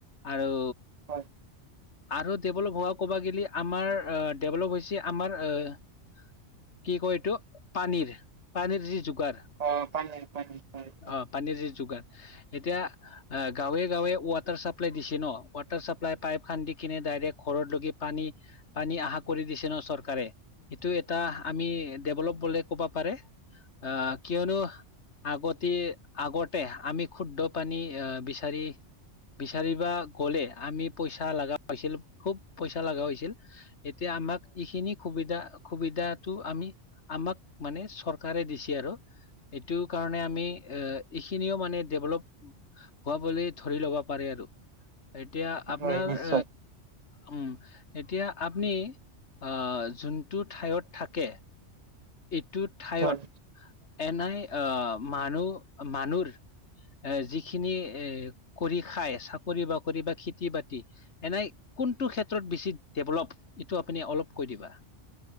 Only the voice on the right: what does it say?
হয়।
অ। পানী, পানী, পানী।
হয় নিশ্চয়
হয়